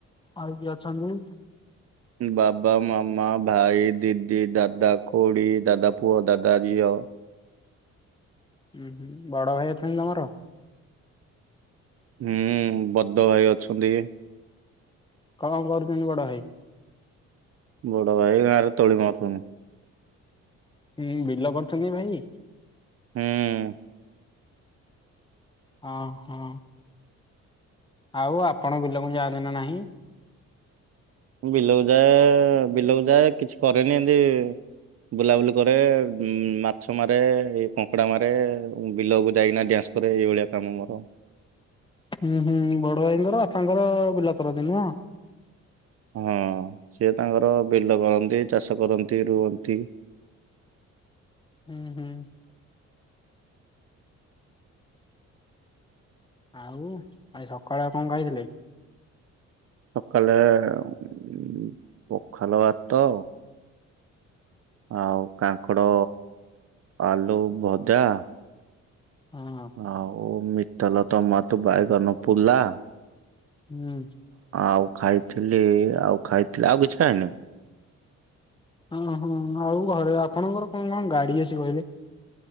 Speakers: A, on the left (about 15°); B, on the right (about 55°).
A: ଆଉ କିଏ ଅଛନ୍ତି?
B: ବାବା, ମାମା, ଭାଇ, ଦିଦି, ଦାଦା, ଖୁଡ଼ି, ଦାଦା ପୁଅ, ଦାଦା ଝିଅ।
A: ଉଁ ହୁଁ ବଡ ଭାଇ ଅଛନ୍ତି ତମର?
B: ହୁଁ ବଦ୍ଧ ଭାଇ ଅଛନ୍ତି।
A: କଣ କରୁଛନ୍ତି ବଡ ଭାଇ?
B: ବଡ ଭାଇ ଗାଁରେ ତୋଳି ମାରୁୁଚନ୍ତି।
A: ହୁଁ ବିଲ କରୁଛନ୍ତି ଭାଇ?
B: ହୁଁ।
A: ଓହଁ ଆଉ ଆପଣ ବିଲକୁ ଯାଆନ୍ତି ନା ନାହିଁ।
B: ବିଲକୁ ଯାଏ ବିଲକୁ ଯାଏ କିଛି କରେନି ଏମନ୍ତି ବୁଲାବୁଲି କରେ ଉ ମାଛ ମାରେ ଏଇ କଙ୍କଡା ମାରେ ବିଲକୁ ଯାଇକିନା ଡ୍ୟାନ୍ସ ମୋର ଏଇଭଳିଆ କାମ ମୋର।
A: ହୁଁ ହୁଁ ବଡ ଭାଇଙ୍କର ବାପାଙ୍କର ବିଲ କରନ୍ତି ନୁହଁ।
B: ହଁ ସିଏ ତାଙ୍କର ବିଲ କରନ୍ତି ଚାଷ କରନ୍ତି ରୁହନ୍ତି।
A: ହୁଁ ହୁଁ। ଆଉ ଆଜି ସକାଳେ ଆଉ କଣ କହିଥିଲେ?
B: ସକାଳେ ଉ ପଖାଲ ଭାତ ଆଉ କାଙ୍କଡ ଆଲୁ ଭଜା।
A: ହଁ।
B: ଆଉ ମିିତଲ ତମ ତୁ ବାଇଗନ ପଲା।
A: ହୁଁ।
B: ଆଉ ଖାଇଥିଲି ଆଉ ଖାଇଥିଲି ଆଉ କିଛି କାଇଁନି।
A: ଓ ହୋ ଆଉ ଘରେ ଆପଣଙ୍କର କଣ କଣ ଗାଡି ଅଛି କହିଲେ